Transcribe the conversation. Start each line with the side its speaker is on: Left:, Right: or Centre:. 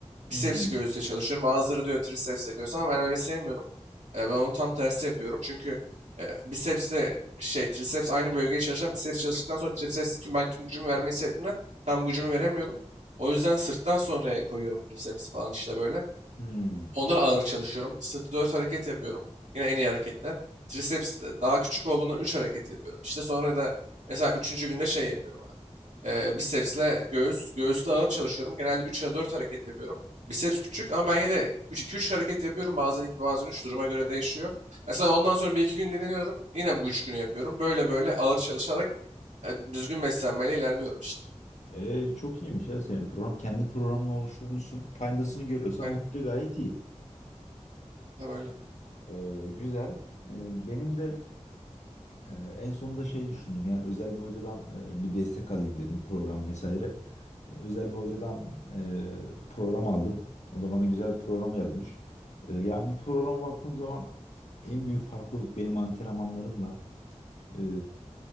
Right: Bicepsi
Left: Hmm.
Right: göğüsle çalışıyorum. Bazıları diyor tricepsle göğüs ama ben öyle sevmiyorum. E, ben onun tam tersi yapıyorum. Çünkü e, bicepsle şey triceps aynı bölgeye çalışan biceps çalıştıktan sonra tricepsle tüm ben tüm gücümü vermeyi istediğimden tam gücümü veremiyorum. O yüzden sırttan sonraya koyuyorum tricepsi falan işte böyle.
Left: Hmm.
Right: Onlara ağır çalışıyorum. Sırtı 4 hareket yapıyorum. Yine en iyi hareketler. Triceps e, daha küçük olduğundan 3 hareket yapıyorum. İşte sonra da mesela üçüncü günde şey yapıyorum abi. Ee, bicepsle göğüs. Göğüste ağır çalışıyorum. Genelde 3'e 4 hareket yapıyorum. Biceps küçük ama ben yine de 2-3 hareket yapıyorum. Bazen 2, bazen üç duruma göre değişiyor. Mesela ondan sonra bir iki gün dinleniyorum. Yine bu 3 günü yapıyorum. Böyle böyle ağır çalışarak e, düzgün beslenmeyle ilerliyorum işte.
Left: Ee, çok iyiymiş ya senin program. Kendi programını oluşturmuşsun. Faydasını görüyorsan
Right: Aynen.
Left: bence gayet iyi.
Right: Tam öyle.
Left: Ee, güzel. Ee, benim de e, en sonunda şey düşündüm. Yani özel bir hocadan e, bir destek alayım dedim program vesaire. Özel bir hocadan e, program aldım. O da bana güzel bir program yazmış. E, yani bu programa baktığım zaman en büyük farklılık benim antrenmanlarımla e,